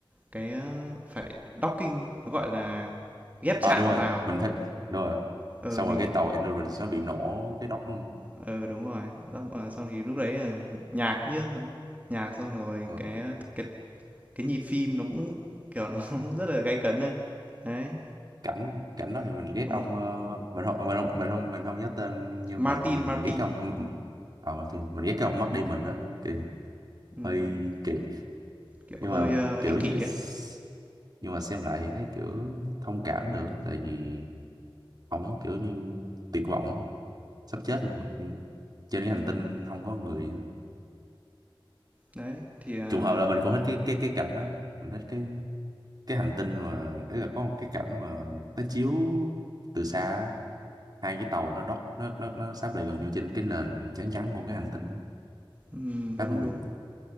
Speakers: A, on the right (about 15°); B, on the right (about 50°).
A: cái ờ, phải docking nó gọi là ghép
B: à
A: chạm
B: đúng rồi
A: vào.
B: mình thích đúng rồi
A: Ờ
B: xong
A: mình
B: rồi cái tàu Endurance nó bị nổ cái đốc đúng không
A: ờ đúng rồi. Đó, à, xong thì lúc đấy ờ, nhạc như nhạc xong rồi
B: Ờ.
A: cái ờ, cái cái nhịp phim nó cũng kiểu nó <laughs> rất là gay cấn Đấy,
B: cảnh cảnh đó thì mình ghét
A: đúng
B: ông
A: rồi.
B: ờ, mình không mình không mình không mình không nhớ tên nhân
A: Martin,
B: vật nên mình
A: Martin.
B: ghét cái ông ờ Martin mình ghét cái ông mất đi mình đó kì
A: Ừm,
B: hơi kỳ
A: kiểu
B: nhưng
A: hơi,
B: mà
A: ơ,
B: kiểu
A: ích
B: như
A: kỷ
B: s-
A: á.
B: nhưng mà xem lại thì thấy kiểu thông cảm được tại vì ổng kiểu như tuyệt vọng á, sắp chết luôn rồi Kiểu trên cái hành
A: Ừm,
B: tinh không có người á.
A: đấy, thì, à
B: trùng hợp là mình cũng thích cái cái cái cảnh đó mình thích cái cái hành tinh mà ấy là có một cái cảnh mà nó chiếu từ xa á, hai cái tàu nó đóc nó nó nó sáp lại gần nhau trên cái nền trắng trắng của cái hành tinh đó
A: ừm, đúng,
B: khá thú vị
A: đúng.